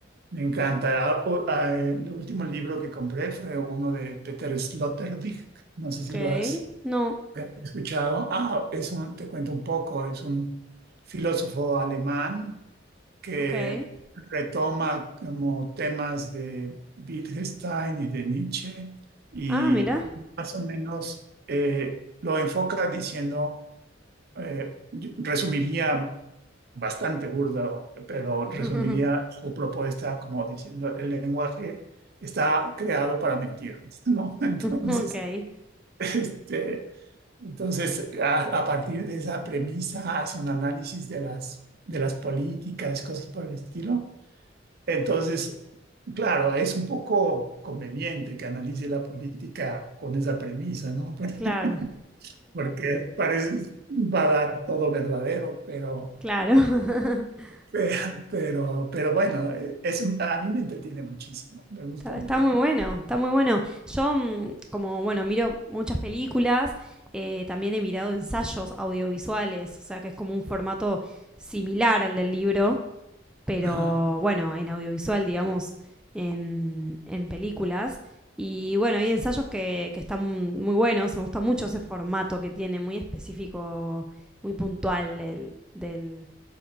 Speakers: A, on the right (about 55°); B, in the centre.
A: me encanta. Ah, o- ah, El último libro que compré fue uno de Peter Sloterdijk. No sé si
B: Ok.
A: lo has
B: No.
A: eh, escuchado. Ah, es un, te cuento un poco. Es un filósofo alemán que
B: Ok.
A: retoma como temas de Wittgenstein y de Nietzsche y
B: Ah, mira.
A: más o menos eh, lo enfoca diciendo eh, yo resumiría bastante burdo, pero
B: <laughs>
A: resumiría su propuesta como diciendo el lenguaje está creado para mentir, ¿no? <laughs> Entonces,
B: ok.
A: este, entonces a, a partir de esa premisa hace un análisis de las, de las políticas, cosas por el estilo. Entonces, claro, es un poco conveniente que analice la política con esa premisa, ¿no?
B: Claro,
A: <laughs> Porque parece, va a dar todo verdadero, pero
B: claro. <laughs>
A: Pero, pero, pero bueno, es, a mí me entretiene muchísimo, me gusta
B: Está,
A: mucho.
B: está muy bueno, está muy bueno. Yo, mm, como bueno, miro muchas películas, eh, también he mirado ensayos audiovisuales, o sea que es como un formato similar al del libro, pero
A: Ajá.
B: bueno, en audiovisual, digamos, en, en películas. Y bueno, hay ensayos que, que están muy buenos, me gusta mucho ese formato que tiene, muy específico, muy puntual del, del